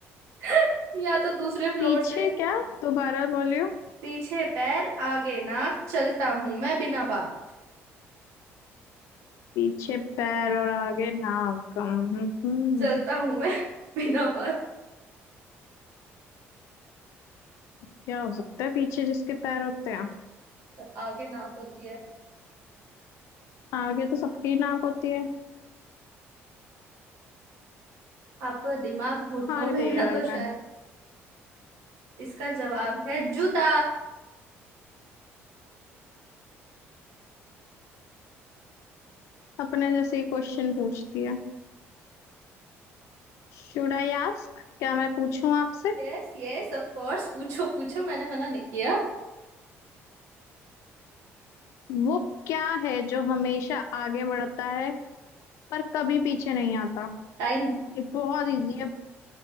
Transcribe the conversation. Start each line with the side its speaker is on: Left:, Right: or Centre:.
Right: <laughs> या तो दूसरे फ्लोर
Left: पीछे
Right: से
Left: क्या दोबारा बोलियो
Right: पीछे पैर आगे नाक चलता हूँ मैं बिना बात
Left: पीछे पैर और आगे नाक हम्म, हम्म, हम्म।
Right: चलता हूँ मैं <laughs> बिना बात
Left: क्या हो सकता है पीछे जिसके पैर होते हैं
Right: पर आगे नाक होती है
Left: आगे तो सबकी नाक होती है
Right: आपका दिमाग घुटनों
Left: हार
Right: में
Left: गई
Right: है
Left: यार
Right: ना तो शायद
Left: मैं
Right: इसका जवाब है जूता
Left: अपने जैसे ही क्वेश्चन पूछती है शुड आई आस्क क्या मैं पूछूं आपसे
Right: यस यस ऑफ कोर्स पूछो पूछो मैंने मना नहीं किया
Left: वो क्या है जो हमेशा आगे बढ़ता है पर कभी पीछे नहीं आता
Right: टाइम
Left: ये बहुत इजी है